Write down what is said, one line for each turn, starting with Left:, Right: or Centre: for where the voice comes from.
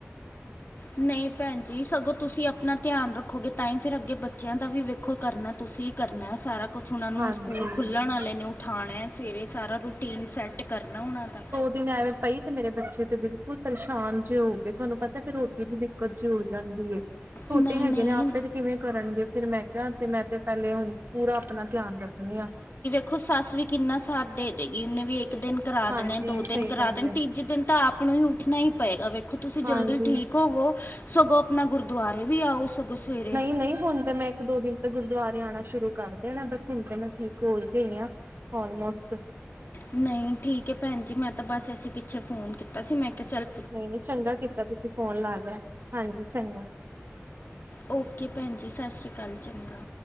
Left: ਨਹੀ ਭੈਣ ਜੀ, ਸਗੋਂ ਤੁਸੀ ਆਪਣਾ ਧਿਆਨ ਰੱਖੋਗੇ ਤਾਂ ਹੀ ਫਿਰ ਅੱਗੇ ਬੱਚਿਆਂ ਦਾ ਵੀ ਵੇਖੋ ਕਰਨਾ- ਤੁਸੀ ਕਰਨਾ ਸਾਰਾ- ਕੁਛ ਉਹਨਾਂ ਨੂੰ
Right: ਹਾਂਜੀ
Left: ਹੁਣ ਸਕੂਲ ਖੁਲਣ ਵਾਲੇ ਨੇ, ਉਠਾਣਾ ਸਵੇਰੇ ਸਾਰਾ ਰੂਟੀਨ ਸੈਟ ਕਰਨਾ ਉਹਨਾਂ ਦਾ-
Right: ਨ ਐਵੇ ਪਈ, ਤੇ ਮੇਰੇ ਬੱਚੇ ਤੇ ਬਿਲਕੁਲ ਪਰੇਸ਼ਾਨ ਜਿਹੇ ਹੋ ਗਏ, ਤੁਹਾਨੂੰ ਪਤਾ ਫੇਰ ਰੋਟੀ ਦੀ ਦਿੱਕਤ ਜਿ ਹੋ ਜਾਦੀ ਹੈ। ਛੋਟੇ
Left: ਨਹੀਂ
Right: ਹੈਗੇ
Left: ਨਹੀਂ
Right: ਨੇ, ਆਪੇ ਤੇ ਕਿਵੇਂ ਕਰਨਗੇ ਫੇਰ ਮੈ ਕਿਹਾ ਤੇ ਮੈਂ ਤੇ ਪਹਿਲੇ ਹੁਣ- ਪੂਰਾ ਆਪਣਾ ਧਿਆਨ ਰੱਖਨੀ ਆ।
Left: ਦੇਖੋ ਸੱਸ ਵੀ ਕਿਨਾ ਸਾਥ ਦੇ ਦੇਗੀ, ਉਹਨੇ ਵੀ ਇੱਕ ਦਿਨ- ਕਰਾ
Right: ਹਾਂਜੀ
Left: ਦੇਣੇ, ਦੋ ਦਿਨ
Right: ਸਹੀ
Left: ਕਰਾ
Right: ਗੱਲ
Left: ਦੇਣੇ,
Right: ਏ
Left: ਤੀਜੇ ਦਿਨ ਤਾਂ ਆਪ ਨੂੰ ਹੀ ਉਠਣਾ ਹੀ ਪਏਗਾ ਵੇਖੋ ਤੁਸੀ
Right: ਹਾਂਜੀ।
Left: ਜਲਦੀ ਠੀਕ ਹੋਵੋ- ਸਗੋਂ ਆਪਣਾ ਗੁਰਦੁਆਰੇ ਵੀ ਆਓ, ਸਗੋ ਸਵੇਰੇ-
Right: ਨਹੀ ਹੁਣ ਤੇ ਮੈ- ਇਕ- ਦੋ ਦਿਨ ਤੇ ਗੁਰਦੁਆਰੇ ਆਉਣਾ ਸ਼ੁਰੂ ਕਰ ਦੇਣਾ, ਬਸ ਹੁਣ ਤੇ ਮੈ ਠੀਕ ਹੋ ਹੀ ਗਈ ਹਾਂ, ਆਲਮੋਸਟ
Left: ਨਹੀ, ਠੀਕ ਹੈ ਭੈਣ ਜੀ, ਮੈ ਤਾਂ ਬਸ ਅਸੀ ਪਿੱਛੇ ਫੋਨ ਕੀਤਾ ਸੀ, ਮੈ ਕਿਹਾ ਚਲ-
Right: ਨਹੀ- ਨਹੀਂ ਚੰਗਾ ਕੀਤਾ ਤੁਸੀ ਫੋਨ ਲਾ ਲਿਆ, ਹਾਂਜੀ ਚੰਗਾ-
Left: ਓਕੇ ਭੈਣ ਜੀ, ਸਤਿ ਸ਼੍ਰੀ ਅਕਾਲ, ਚੰਗਾ।